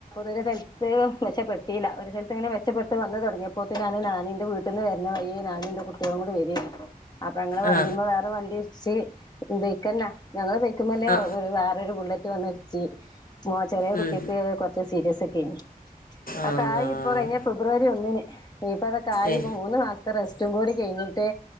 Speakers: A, on the left (about 25°); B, on the left (about 65°).
A: ഒരു സ്ഥലത്ത് മെച്ചപ്പെട്ടില്ല ഒരു സ്ഥലത്ത് ഇങ്ങനെ മെച്ചപ്പെട്ട് വന്ന് തുടങ്ങിയ പ്പോത്ത് ഞാൻ ഞാന്റെ വീട്ട്ന്ന് പിന്നെ വയ്യേ ഞാനുംന്റെ കുട്ട്യാളും കൂടി വരേനി അപ്പൊ ഞങ്ങളെ വണ്ടിമ്മെ
B: ആ
A: വേറൊരുവണ്ടി ച്ച് ബൈക്കന്നെ ഞങ്ങളെ ബൈക്കുമ്മലേ
B: ആ
A: വേറൊരു ബുള്ളറ്റ് വന്ന്ടിച്ച് മോ ചെറിയ കുട്ട്യാക്ക്
B: ഉം.
A: കൊറച്ച് സീരിയസൊക്കെനി അകായിപ്പൊ
B: അല്ലാ
A: കഴിഞ്ഞ ഫെബ്രുവരി ഒന്നിന് ഇനി പ്പൊ അതൊക്കായി
B: ഏ
A: ഇപ്പം മൂന്ന് മാ ത്തെ റെസ്റ്റും കൂടി കെഴിഞ്ഞ്ട്ട്